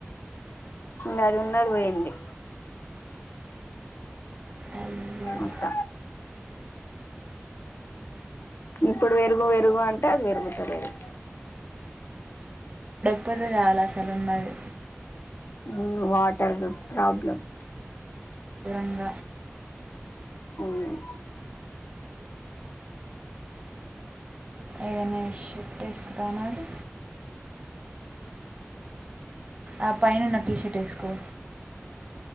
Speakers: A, on the left; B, on the right.
A: ఇంగ అది ఉన్నది పోయింది.
B: అయ్యో
A: అట్ట ఇప్పుడు వెరుగు వెరుగు అంటే అది వెరుగుతలేదు.
B: ఇప్పడితే చాలు అసలున్నది.
A: మ్మ్ వాటర్ ప్రాబ్లం.
B: ఇంగ
A: మ్మ్
B: ఏదన ష్యూ టేసుకుటనాది ఆ పైనున్న టీ షర్ట్ ఏసుకో.